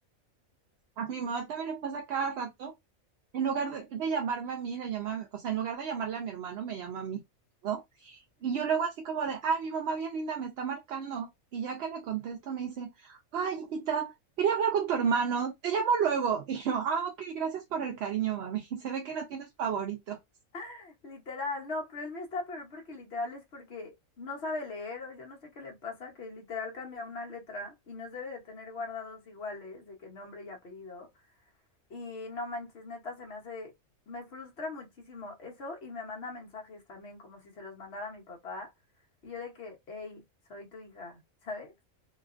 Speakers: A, on the right (about 60°); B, on the left (about 55°).
A: A mi mamá también le pasa cada rato. En lugar de, de llamarme a mí, le llama, a mi- o sea, en lugar de llamarle a mi hermano, me llama a mí, ¿no? Y yo luego así como de, ay, mi mamá bien linda me está marcando. Y ya que le contesto, me dice, ay, hijita, quería hablar con tu hermano, te llamo luego. <laughs> Y yo, ah, ok, gracias por el cariño, mami. <laughs> Se ve que no tienes favorito.
B: <laughs> Literal, no, pero él me está peor porque literal es porque no sabe leer o yo no sé qué le pasa, que literal cambia una letra y nos debe de tener guardados iguales de que nombre y apellido. Y no manches, neta, se me hace, me frustra muchísimo eso y me manda mensajes también, como si se los mandara a mi papá. Y yo de que, hey, soy tu hija, <laughs> ¿sabes?